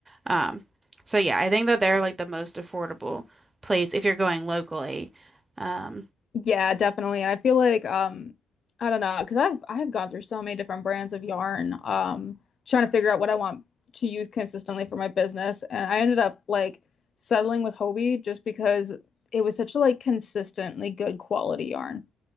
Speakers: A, on the right (about 25°); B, on the left (about 45°).
A: Um, so yeah, I think that they're like the most affordable place if you're going locally. Um,
B: Yeah, definitely. And I feel like um I don't know, because 'cause I've I've gone through so many different brands of yarn um trying to figure out what I want to use consistently for my business and I ended up like settling with Hobie just because it was such a like consistently good quality yarn.